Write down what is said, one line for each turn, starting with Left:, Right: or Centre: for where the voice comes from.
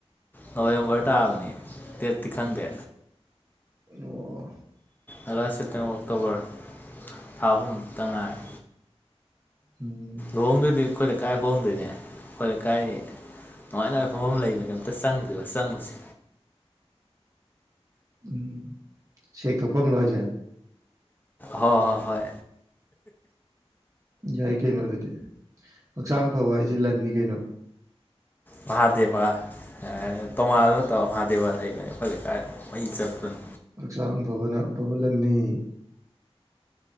Left: ꯅꯣꯕꯦꯝꯕꯔ ꯇꯥꯕꯅꯤ ꯗꯦꯠꯇꯤ ꯈꯪꯗꯦ
Right: ꯑꯗꯨꯒ
Left: ꯑꯥꯒꯁ ꯁꯦꯞꯇꯦꯝꯕꯔ ꯑꯣꯛꯇꯣꯕꯔ ꯊꯥ ꯑꯍꯨꯝ ꯇ ꯉꯥꯏ
Right: ꯎꯝ
Left: ꯂꯨꯍꯣꯡꯗꯣꯏꯗꯤ ꯑꯩꯈꯣꯏ ꯂꯩ ꯀꯥꯏ ꯍꯣꯡꯗꯣꯏꯅꯦ ꯑꯩꯈꯣꯏ ꯂꯩ ꯀꯥꯏ ꯅꯨꯡꯉꯥꯏ ꯉꯕ ꯃꯐꯝ ꯑꯃ ꯂꯩꯕꯅꯤ ꯑꯝꯇ ꯆꯪꯗ꯭ꯔꯤꯕ ꯆꯪꯉꯨꯁꯦ
Right: ꯎꯝ ꯁꯦꯛꯛꯇꯣꯛꯐꯝ ꯂꯣꯏꯁꯦ
Left: ꯍꯣꯏ ꯍꯣꯏ ꯍꯣꯏ
Right: ꯌꯥꯏ ꯀꯩꯅꯣꯗꯨꯗꯤ ꯍꯛꯆꯥꯡ ꯐꯕ ꯍꯥꯏꯁꯦ ꯂꯟꯅꯤ ꯀꯩꯅꯣ
Left: ꯃꯍꯥꯗꯦꯕ ꯌꯥ ꯇꯣꯉꯥꯜ ꯑꯃ ꯇꯧ ꯃꯍꯥꯗꯦꯕ ꯂꯩꯕꯅꯦ ꯑꯩꯈꯣꯏ ꯂꯩꯀꯥꯏ ꯃꯩ ꯆꯠꯇ꯭ꯔꯨꯅꯤ
Right: ꯍꯛꯆꯥꯡ ꯐꯕꯅ ꯑꯐꯕ ꯂꯟꯅꯤ